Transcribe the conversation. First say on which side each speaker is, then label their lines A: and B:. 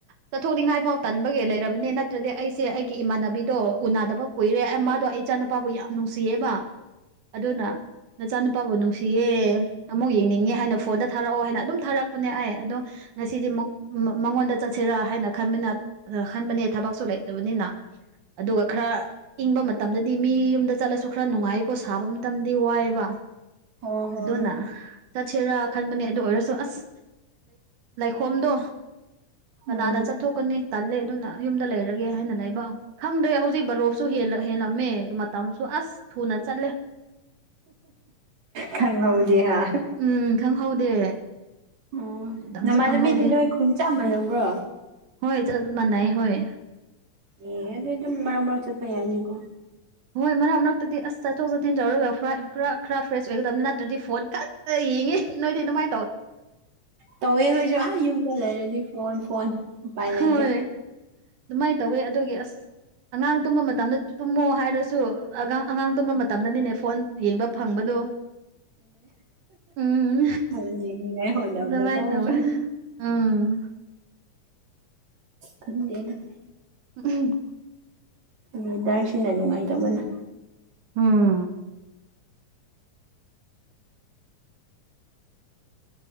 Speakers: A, on the right (about 80°); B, on the right (about 65°).
A: ꯆꯠꯊꯣꯛꯅꯤꯡꯉꯥꯏ ꯐꯥꯎ ꯇꯟꯕꯒꯤ ꯂꯩꯔꯕꯅꯦ ꯅꯠꯇ꯭ꯔꯗꯤ ꯑꯩꯁꯦ ꯑꯩꯒꯤ ꯏꯃꯥꯟꯅꯕꯤꯗꯣ ꯎꯅꯗꯕ ꯀꯨꯏꯔꯦ ꯃꯥꯗꯣ ꯑꯩ ꯏꯆꯥꯅꯨꯄꯥꯕꯨ ꯌꯥꯝ ꯅꯨꯡꯁꯤꯌꯦꯕ ꯑꯗꯨꯅ ꯅꯆꯥꯅꯨꯄꯥꯕꯨ ꯅꯨꯡꯁꯤꯌꯦ ꯑꯃꯨꯛ ꯌꯦꯡꯅꯤꯡꯉꯦ ꯍꯥꯏꯅ ꯐꯣꯟꯗ ꯊꯥꯔꯛꯑꯣ ꯍꯥꯏꯅ ꯑꯗꯨꯝ ꯊꯥꯔꯛꯄꯅꯦ ꯑꯩ ꯑꯗꯣ ꯉꯁꯤꯗꯤ ꯑꯃꯨ ꯃꯉꯣꯟꯗ ꯆꯠꯁꯤꯔꯥ ꯍꯥꯏꯅ ꯈꯟꯕꯅ ꯑ ꯈꯟꯕꯅꯦ ꯊꯕꯛꯁꯨ ꯂꯩꯇꯕꯅꯤꯅ ꯑꯗꯨꯒ ꯈꯔ ꯏꯪꯕ ꯃꯇꯝꯗꯗꯤ ꯃꯤ ꯌꯨꯝꯗ ꯆꯠꯂꯁꯨ ꯈꯔ ꯅꯨꯡꯉꯥꯏꯀꯣ ꯁꯥꯕ ꯃꯇꯝꯗꯤ ꯋꯥꯏꯑꯦꯕ
B: ꯑꯣ ꯍꯣ
A: ꯑꯗꯨꯅ
B: ꯍꯣꯏ
A: ꯆꯠꯁꯤꯔꯥ ꯈꯟꯕꯅꯦ ꯑꯗꯨ ꯑꯣꯏꯔꯁꯨ ꯑꯁ! ꯂꯩꯈꯣꯝꯗꯣ ꯀꯅꯥꯅ
B: ꯎꯝ
A: ꯆꯠ ꯊꯣꯛꯀꯅꯤ ꯇꯜꯂꯦ ꯑꯗꯨꯅ ꯌꯨꯝꯗ ꯂꯩꯔꯒꯦ ꯍꯥꯏꯅ ꯂꯩꯕ ꯈꯪꯗ꯭ꯔꯦ ꯍꯧꯖꯤꯛ ꯕꯔꯣꯛꯁꯨ ꯍꯦꯜꯂꯝꯃꯦ ꯃꯇꯝꯁꯨ ꯑꯁ ꯊꯨꯅ ꯆꯠꯂꯦ
B: ꯈꯪꯉꯧꯗꯦ ꯍꯥ
A: ꯎꯝ ꯈꯪꯍꯧꯗꯦ
B: ꯎꯝ
A: ꯃꯇꯝꯁꯨ
B: ꯅꯃꯥꯟꯅꯕꯤꯗꯤ
A: ꯈꯪꯍꯧꯗꯦ
B: ꯅꯣꯏ ꯈꯨꯟ ꯆꯥꯝꯃꯅꯕ꯭ꯔꯣ?
A: ꯍ‌ꯣꯏ ꯆꯞ ꯃꯥꯅꯅꯥꯏ ꯍꯣꯏ
B: ꯑꯦ ꯑꯗꯨ ꯑꯗꯨꯝ ꯃꯔꯛ ꯃꯔꯛ ꯆꯠꯄ ꯌꯥꯢ ꯀꯣ
A: ꯍꯣꯏ ꯃꯔꯛ ꯃꯔꯛꯇꯗꯤ ꯑꯁ ꯆꯠꯊꯣꯛ ꯆꯠꯁꯤꯟ ꯇꯧꯔꯒ ꯈꯔ ꯄꯨꯔ ꯈꯔ ꯐ꯭ꯔꯦꯁ ꯑꯣꯏꯒꯗꯕꯅꯤ ꯅꯠꯇ꯭ꯔꯗꯤ ꯐꯣꯟ ꯀꯛꯇ ꯌꯦꯡꯉꯦ ꯅꯣꯏꯗꯤ ꯑꯗꯨꯃꯥꯏ
B: ꯇꯧꯋꯦ ꯑꯥꯈꯣꯏꯁꯨ ꯑꯥ ꯌꯨꯝꯗ ꯂꯩꯔꯗꯤ ꯐꯣꯟ ꯐꯣꯟ ꯎꯄꯥꯏ
A: ꯍꯣꯏ
B: ꯂꯩꯇꯦ
A: ꯑꯗꯨꯃꯥꯏꯅ ꯇꯧꯋꯦ ꯑꯗꯨꯒꯤ ꯑꯁ ꯑꯉꯥꯡ ꯇꯨꯝꯕ ꯃꯇꯝꯗ ꯇꯨꯝꯃꯣ ꯍꯥꯏꯔꯁꯨ ꯑꯉꯥꯡ ꯇꯨꯝꯕ ꯃꯇꯝꯗꯅꯤꯅꯦ ꯐꯣꯟ ꯌꯦꯡꯕ ꯐꯪꯕꯗꯣ <inaudible> ꯎꯝ
B: ꯍꯣꯅꯤꯅꯤꯉꯥꯏ ꯍꯣꯠꯅꯕꯗ
A: ꯑꯗꯨꯃꯥꯏꯅ
B: ꯀꯣꯃꯀ
A: ꯇꯧꯋꯦ
B: <unintelligible>
A: ꯎꯝ
B: ꯈꯪꯗ‌ꯦꯗ
A: ꯎꯝ
B: ꯋꯦꯗꯔꯁꯤꯅ ꯅꯨꯡꯉꯥꯏꯇꯕꯅꯦ
A: ꯎꯝ